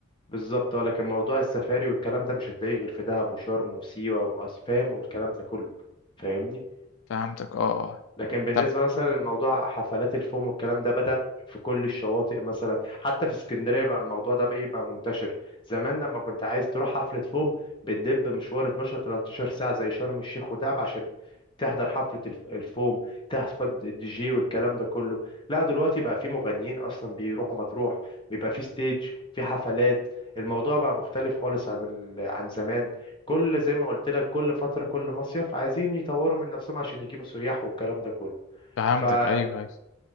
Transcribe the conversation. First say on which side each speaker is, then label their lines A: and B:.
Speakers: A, on the left; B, on the left.
A: بالظبط اه لكن موضوع السفاري والكلام ده مش هتلاقيه غير في دهب وشرم وسيوة وأسفام والكلام ده كله فاهمني
B: فهمتك اه آه.
A: لكن بالنسبة
B: طب
A: مثلا لموضوع حفلات الفوم والكلام ده بدأ في كل الشواطئ مثلا حتى في اسكندرية بقى الموضوع ده بقى يبقى منتشر زمان لما كنت عايز تروح حفلة فوم بتدب مشوار 12 13 ساعة زي شرم الشيخ ودهب عشان تحضر حفلة الف- الفوم تحفظ الدي جي والكلام ده كله لا دلوقتي بقى في مغنيين أصلا بيروحوا مطروح بيبقى في ستيج في حفلات الموضوع بقى مختلف خالص عن ال- عن زمان كل زي ما قلت لك كل فترة كل مصيف عايزين يطوروا من نفسهم عشان يجيبوا سياح والكلام ده كله
B: فهمتك
A: فانت
B: ايوه ايوه